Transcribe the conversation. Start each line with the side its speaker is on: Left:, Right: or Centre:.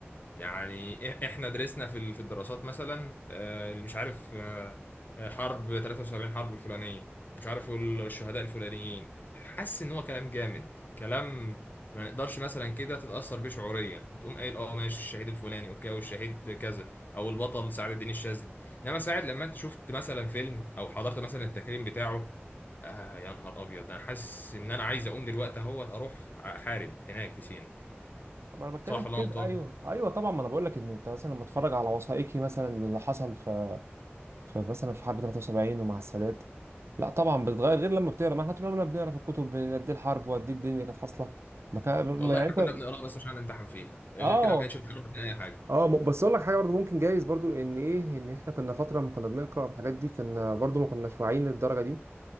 Left: يعني إ- احنا درسنا في ال- في الدراسات مثلا آه، اللي مش عارف آه، آه، حرب 73 حرب الفلانيه مش عارف ال- الشهداء الفلانيين حاسس ان هو كلام جامد كلام ما نقدرش مثلا كده تتاثر بيه شعوريا تقوم قايل اه ماشي الشهيد الفلاني اوكي او الشهيد كذا او البطل سعد الدين الشاذلي انما ساعد لما انت شفت مثلا فيلم او حضرت مثلا التكريم بتاعه آه يا نهار ابيض انا حاسس ان انا عايز اقوم دلوقتي اهوت اروح احارب هناك في سينا
Right: ما انا بتكلم
Left: صح
Right: في
Left: ولا
Right: كده
Left: أنا غلطان؟
Right: ايوه ايوه طبعا ما انا بقول لك ان انت مثلا لما اتفرج على وثائقي مثلا اللي حصل في, في مثلا في حرب 73 ومع السادات لا طبعا بتتغير غير لما بتقرا ما احنا طول عمرنا بنقرا في الكتب بين قد إيه الحرب وقد إيه الدنيا كانت حاصله ما كان ما
Left: والله
Right: يعني
Left: احنا
Right: انت
Left: كنا بنقراها بس عشان نمتحن فيها غير
Right: اه
Left: كده ما كانش بيشرح لنا اي حاجه
Right: اه م- بس اقول لك حاجه برضه ممكن جايز برضه ان ايه ان احنا كنا فتره ما كنا بنقرا على الحاجات دي كنا برضه ما كناش واعيين للدرجه دي